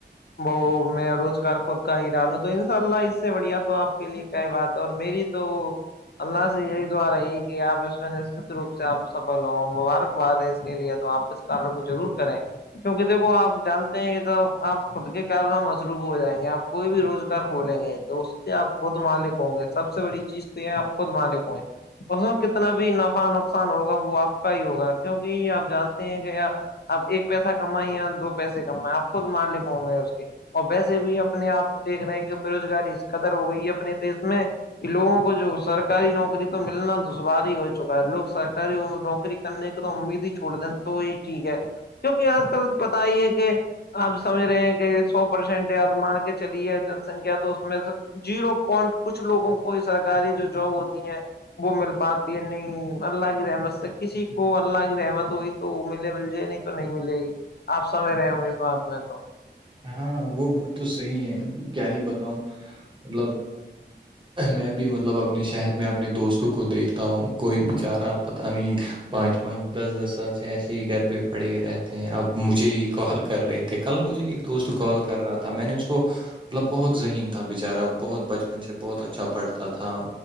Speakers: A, on the left; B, on the right.
A: وہ میں روزگار خود کا ہی ڈالوں تو انشاء اللہ اس سے بڑھیا تو آپ کے لیے کیا بات ہے اور میری تو اللہ سے یہی دعا رہی کہ آپ اس میں نشچت روپ سے آپ سفل ہ مبارک ب دیں اس کے لیے تو آپ اس کار کو ضرور کریں کیونکہ دیکھو آپ جانتے ہیں کہ توب آپ خود کے کہل رہو مصروف ہو جائیں گے آپ کوئی بھی روزگار کھولیں گے تو آپ خود مالک ہوں گے سب سے بڑی چیز تو یہ آپ خود مالک ہوںے اس میں کتنا بھی نفع نقصان ہوگا وہ آپ کا ہی ہوگا کیوںہ آپ جانتے ہیں کہ آپ ایک پیسہ کمائیں یا دو پیسے کم آپ خود مار ل ہوں گے اس کے اور ویسے بھی اپنے آ دیکھ رہے ہیں کہ بے روزگاری اس قدر ہو گئی ہے اپنے دیس میں یہوگوں کو جو سرک سرکاری نوکری تو ملنا دشواری ہو چکا ہے لوگ سرکاری نوکری کرنے کے امید ہی چھوڑ دین تو ہی ٹھیک ہے کیونکہ آج کل پتا ہی ہے کہ آپ سمجھ رہے ہیں کہ سو پرسینٹ یاد مان کے چلی ہے جن سنکھیا تو اس میں سے جیرو پوائنٹ کچھ لوگوں کو سرکاری جو جاب ہوتی ہیں وہ مل پاتی ہے نہیں اللہ کی رحمت سے کسی تو اللہ کی رحمت ہوی تو ملے مل جائے نہیں تو نہیں ملے گی آپ سمج رہے ہو اس بات میں تو
B: ہاں وہ بات تو صحیح ہے کیا ہی بتاؤں مطلب میں بھی مطلب اپنے شہر میں اپنے دوستوں کو دیکھتا ہوں کوئی بچارہ پت نہیں پانچ پانچ دس دس سال سے ایسے ہی گھر پہ پڑے رہتے ہیں اب مجھے ہی کال کر رہے تھے کل مجھے ایک دوست کال کر رہا تھا میں نے اس کو مطلب بہت ذہین تھا بچارہ بہت بچپن سے بہت اچھا پڑھتا تھا